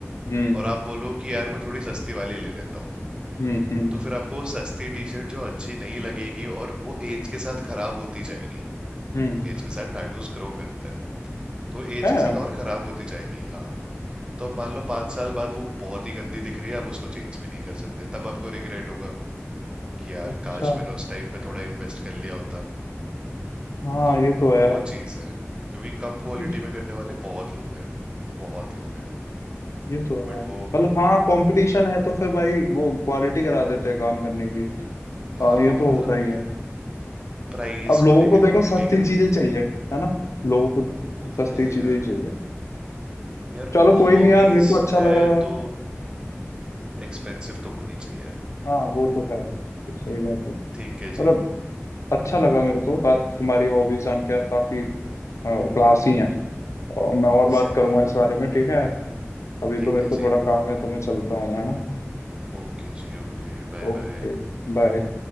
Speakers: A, on the left; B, on the right.
A: हम्म
B: और आप बोलो कि यार मैं थोड़ी सस्ती वाली ले लेता हूँ
A: हम्म हम्म
B: तो फिर आपको वो सस्ती टी शर्ट जो अच्छी नहीं लगेगी और वो एज के साथ खराब होती जाएगी
A: हम्म
B: एज के साथ टैटूज ग्रो करता है तो एज
A: है
B: के साथ और खराब होती जाएगी हाँ तो अब मान लो पाँच साल बाद वो बहुत ही गंदी दिख रही है आप उसको चेंज भी नहीं कर सकते तब आपको रिग्रेट होगा कि यार
A: अच्छा
B: काश मैंने उस टाइम पे थोड़ा इन्वेस्ट कर लिया होता
A: हाँ
B: तो
A: ये तो है
B: वो चीज़ है क्योंकि कम क्वालिटी
A: हम्म,
B: में करने वाले बहुत लोग हैं बहुत लोग हैं
A: ये तो
B: बट
A: है मतलब
B: वो
A: हाँ कंपटीशन है तो फिर भाई वो क्वालिटी करा देते हैं काम करने की
B: हाँ
A: हाँ ये
B: हाँ
A: तो
B: मतलब
A: होता ही है
B: प्राइस
A: अब लोगों
B: को लेके
A: को देखो
B: क्वालिटी
A: सस्ती
B: गिरा
A: चीजें चाहिए है ना लोगों को
B: वो
A: सस्ती
B: तो है
A: चीजें
B: यार
A: ही चाहिए
B: यार
A: चलो कोई
B: हॉबीज
A: नहीं यार मेरे को अच्छा
B: है
A: लगा
B: तो एक्सपेंसिव तो होनी चाहिए
A: हाँ वो तो है तो सही बात है
B: ठीक
A: मतलब
B: है जी
A: अच्छा लगा मेरे को बात तुम्हारी हॉबीज जान के यार काफी क्लासी है और मैं और बात
B: सही
A: करूंगा
B: है
A: इस बारे में ठीक है अभी
B: ठीक
A: तो मेरे
B: है
A: को थोड़ा
B: जी
A: काम है तो मैं चलता हूँ है ना
B: ओके जी ओके बाय
A: Okay
B: बाय
A: bye